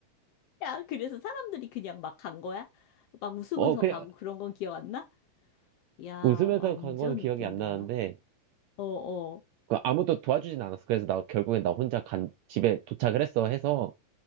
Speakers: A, on the left; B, on the right.
A: 야, 그래서 사람들이 그냥 막 간 거야? 막 웃으면서
B: <laughs> 어, 그냥
A: 가고 그런 건 기억 안 나? 야,
B: 웃으면서
A: 완전
B: 간 거는 기억이
A: 웃긴다.
B: 안 나는데,
A: 어, 어,
B: 그 아무도 도와주진 않았어. 그래서 나 결국엔 나 혼자 간, 집에 도착을 했어 해서,